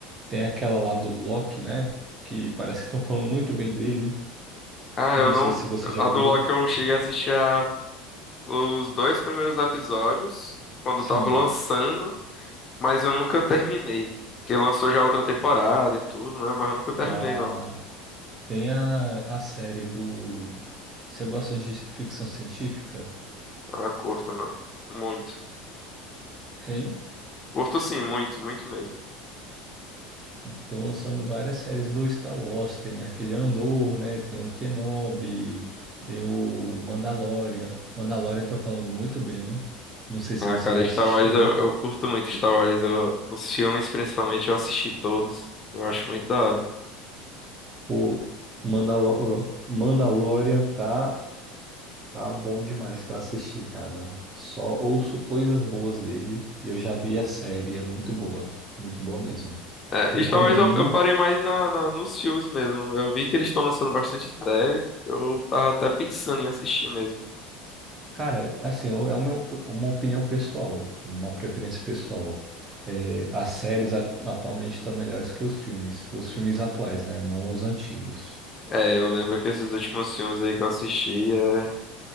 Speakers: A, on the right; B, on the left.
A: Tem aquela lá do Loki, né? Que parece que estão falando muito bem dele.
B: Ah,
A: Não
B: eu não.
A: sei se você já
B: A
A: viu.
B: do Loki eu cheguei a assistir a, os dois primeiros episódios, quando
A: Sim.
B: tava lançando. mas eu nunca terminei. Porque lançou já outra temporada e tudo, né? Mas eu nunca terminei,
A: Ah,
B: não.
A: tem a, a série do. Você gosta de ficção científica?
B: Ah, curto, mano. Muito.
A: Hein?
B: Curto sim, muito, muito mesmo.
A: Estão lançando várias séries do Star Wars, tem aquele Andor, né? Tem o Kenobi, tem o Mandalorian. Mandalorian estão falando muito bem. Não sei se
B: Ah,
A: você
B: cara,
A: já
B: Star
A: assistiu.
B: Wars eu, eu curto muito Star Wars. Eu- os filmes, principalmente, eu assisti todos. Eu acho muito da hora.
A: Pô, Mandalo Mandalorian tá, tá bom demais pra assistir, cara. Só ouço coisas boas dele e eu já vi a série, é muito boa, muito boa mesmo.
B: É,
A: Recomendo.
B: Star Wars eu, eu parei mais na, na- nos filmes mesmo. Eu vi que eles estão lançando bastante série. Eu tava até pensando em assistir mesmo.
A: Cara, assim, é uma, op- uma opinião pessoal, uma preferência pessoal. É, as séries a- atualmente estão melhores que os filmes, os filmes atuais, né? Não os antigos.
B: É, eu lembro que esses últimos filmes aí que eu assisti. é,